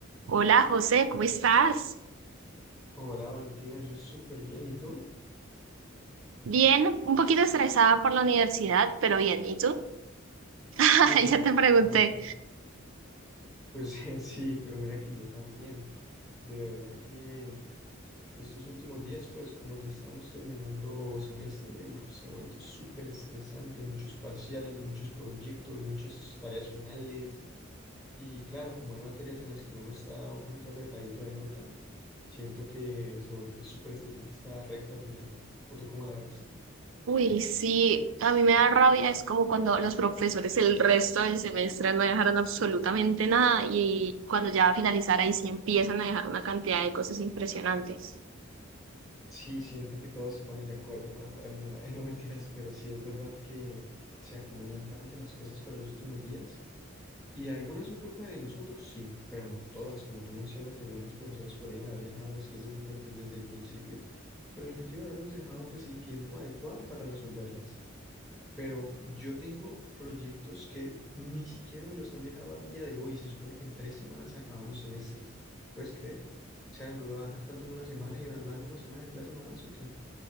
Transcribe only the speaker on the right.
Hola José, ¿cómo estás?
Bien, un poquito estresada por la universidad, pero bien, ¿y tú? <laughs>
Ya te pregunté.
Uy, sí, a mí me da rabia, es como cuando los profesores el resto del semestre no dejaron absolutamente nada y cuando ya va a finalizar ahí sí empiezan a dejar una cantidad de cosas impresionantes.